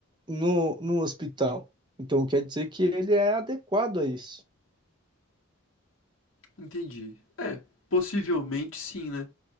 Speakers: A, on the right; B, on the left.
A: no, no hospital. Então quer dizer que ele é adequado a isso.
B: Entendi. É, possivelmente sim, né?